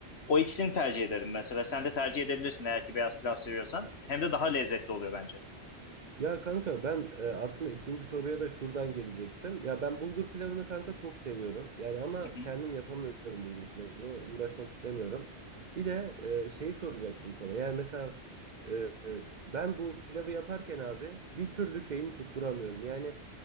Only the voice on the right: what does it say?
Ya kanka ben e, aslında ikinci soruya da şuradan gelecektim. Ya ben bulgur pilavını kanka çok seviyorum. Yani ama
kendim
yapamıyorum bulgur pilavı. Uğraşmak istemiyorum. Bir de e, şey soracaktım sana. Yani mesela e, e, ben bu pilavı yaparken abi bir türlü şeyini tutturamıyorum. Yani